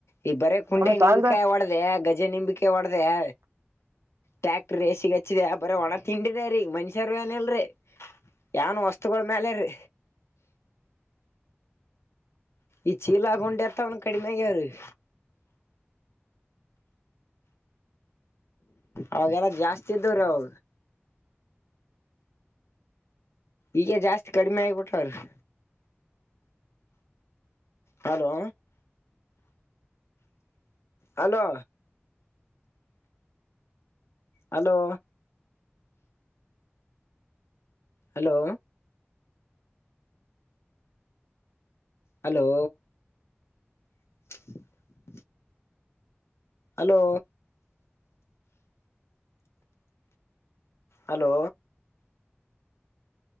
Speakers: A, on the left; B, on the right.
A: ಈಗ್ ಬರೆ ಕುಂಡ್ಯಾಗ
B: ನಮ್
A: ನಿಂಬಿಕಾಯಿ
B: ಕಾಲ್ದ
A: ಒಡ್ದ್ಯಾ ಗಜ ನಿಂಬಿಕಾ ಒಡ್ದ್ಯಾ ಟ್ರ್ಯಾಕ್ಟರ್ ರೇಸಿಗೆ ಹಚ್ಚಿದ್ಯಾ ಬರೆ ಒಣ ತಿಂಡಿದೆ ರೀ ಮನ್ಷ್ಯರು ಏನ ಇಲ್ರಿ ಏನ್ ವಸ್ತುಗಳ ಮ್ಯಾ ಕಲರು
B: <inaudible>
A: ಈ ಚೀಲ ಆಗೊಂಡ ಎತ ಒನು ಕಡಿಮೆೆಗೆಾರ <inaudible> ಅವಾಗೆಲ್ಲ ಜಾಸ್ತಿ ಇದ್ದವ್ರ ಅವ ಈಗೆ ಜಾಸ್ತಿ ಕಡಿಮೆ ಆಗ್ಬಿಟವ್ರ <inaudible> hello <inaudible> hello hello hello hello <inaudible> hello hello